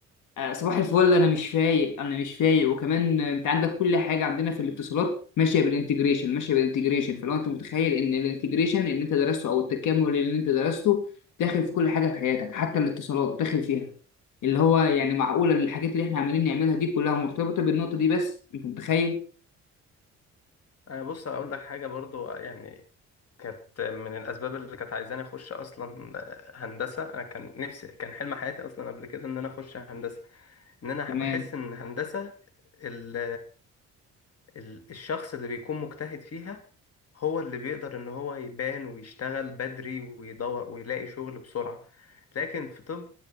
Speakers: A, on the left; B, on the left.
A: آه، صباح الفل انا مش فايق انا مش فايق وكمان آه، انت عندك كل حاجه عندنا في الاتصالات ماشيه بالانتجريشن ماشيه بالانتجريشن فلو انت متخيل ان الانتجريشن اللي انت درسته او التكامل اللي انت درسته داخل في كل حاجه في حياتك حتى الاتصالات داخل فيها اللي هو يعني معقوله الحاجات اللي احنا عمالين نعملها دي كلها مرتبطه بالنقطه دي بس انت متخيل
B: أه بص اقول لك حاجه برضو آه، يعني كانت من الاسباب اللي كانت عايزاني اخش اصلا آه، هندسه انا كان نفسي كان حلم حياتي اصلا قبل كده ان انا اخش هندسه ان انا
A: تمام.
B: بحس ان هندسه ال- ال- الشخص اللي بيكون مجتهد فيها هو اللي بيقدر ان هو يبان ويشتغل بدري ويدور ويلاقي شغل بسرعة لكن في طب